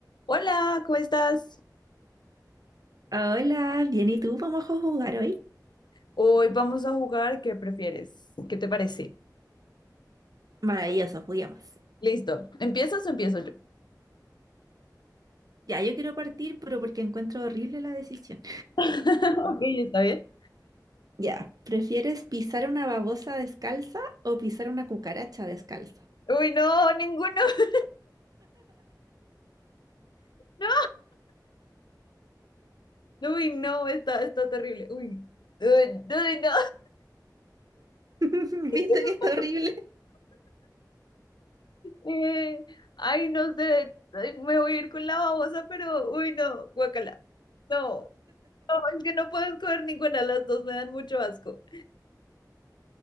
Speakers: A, on the left (about 85°); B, on the right (about 60°).
A: Hola, ¿cómo estás?
B: Hola, bien, ¿y tú? ¿Vamos a jugar hoy?
A: Hoy vamos a jugar ¿qué prefieres? ¿Qué te parece?
B: Maravilloso, juguemos.
A: Listo. ¿Empiezas o empiezo yo?
B: Ya, yo quiero partir, pero porque encuentro horrible la decisión.
A: <laughs> Ok, está bien.
B: Ya, ¿prefieres pisar una babosa descalza o pisar una cucaracha descalza?
A: Uy, no, ninguno. <laughs> No. Uy, no, está, está terrible. Uy. Uy, uy, no.
B: <laughs>
A: <laughs>
B: ¿Viste que está horrible?
A: Eh, ay, no sé. Ay, me voy a ir con la babosa, pero uy, no, guacala. No. No, es que no puedo escoger ninguna, las dos me dan mucho asco.